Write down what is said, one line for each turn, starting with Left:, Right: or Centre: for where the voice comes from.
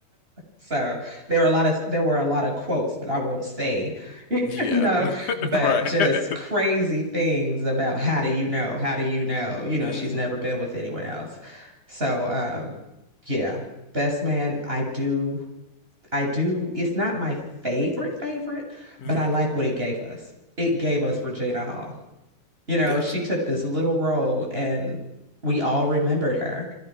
Right: So there were a lot of there were a lot of quotes that I won't say, <laughs> you
Left: yeah.
Right: know,
Left: <laughs>
Right: but
Left: Right.
Right: just
Left: <laughs>
Right: crazy things about how do you know? How do you know? You know,
Left: Mm,
Right: she's never been with anyone else. So um yeah, Best Man, I do I do it's not my favorite favorite,
Left: mm,
Right: but I like what it gave us. It gave us Regina Hall. You know,
Left: yes.
Right: she took this little role and we all remembered her.